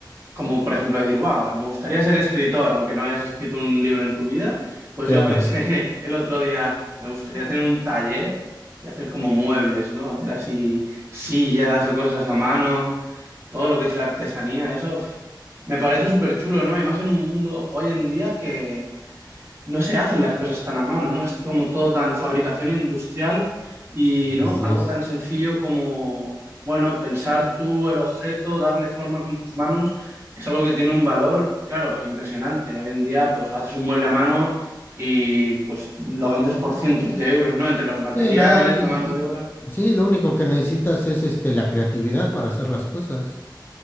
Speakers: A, on the right (about 35°); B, on the left (about 25°).
A: como por ejemplo decir, wow, me gustaría ser escritor, aunque no hayas escrito un libro en tu vida. Pues
B: Claro,
A: yo pensé <laughs> el otro día, me gustaría tener un taller y hacer como muebles, ¿no? Hacer así sillas o cosas a mano, todo lo que es la artesanía, eso. f- Me parece súper chulo, ¿no? Y más en un mundo hoy en día que, no se hacen las cosas tan a mano, ¿no? Es como todo tan fabricación industrial y,
B: así
A: ¿no? Algo
B: es.
A: tan sencillo como, bueno, pensar tú el objeto, darle forma con tus manos, es algo que tiene un valor, claro, impresionante. Hoy en día, pues haces un mueble a mano y pues lo vendes por cientos de euros, ¿no? Entre los materiales,
B: Sí, nada más, l-
A: la mano de obra.
B: sí, lo único que necesitas es este la creatividad para hacer las cosas.